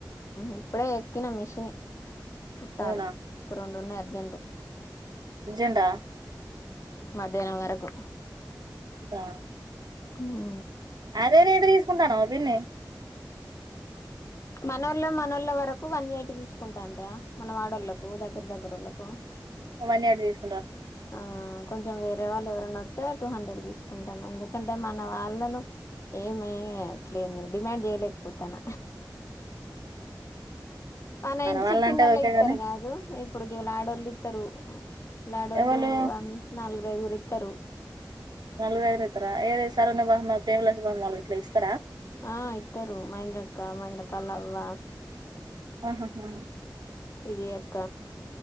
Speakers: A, on the left; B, on the right.
A: ఇప్పుడే ఎక్కిన మిషిని కుట్టాలి
B: అవునా
A: ఒక రెండున్నై జెంట్
B: అర్జెంటా
A: మధ్యాహ్నం వరకు
B: ఇంకా
A: హ్మూ
B: అదే రేటు తీసుకుంటాన్నావా పిన్ని
A: మనోళ్ళ, మనోళ్ళ వరకు వన్ ఎయిటి తీసుకుంటాన్ రా మన వాడోళ్లకు దగ్గర దగ్గరోళ్ళకు కో
B: వన్ ఎయిటీ తీస్
A: ఆ కొంచెం వేరే వాళ్ళు ఎవరన్న వత్తే టూ హండ్రెడ్ తీసుకుంటాన, ఎందుకంటే మన వాళ్ళను ఏమీ అట్లేమీ డిమాండ్ చేయలేకపోతాన. మన ఇంటి
B: వాళ్ళంటే
A: సుట్టున్నోళ్ళే
B: ఓకే
A: ఇత్తరు
B: గాని
A: గాదు ఇప్పుడు గివళ ఆడళ్ళు ఇత్తరూ లాడోలు
B: ఎవలు
A: అం నలు గైదుగురు ఇత్తరు
B: నాలుగురైదుగురు ఇత్తరా ఏదీ సరోణ, బహమ్మ, ప్రేమలచ్చువమ్మోలు గిట్ల ఇస్తరా
A: ఆ ఇత్తరు మహేంద్రక్క, మహేంద్రక్కోలా అవ్వ.
B: ఆహాహా
A: విజయక్క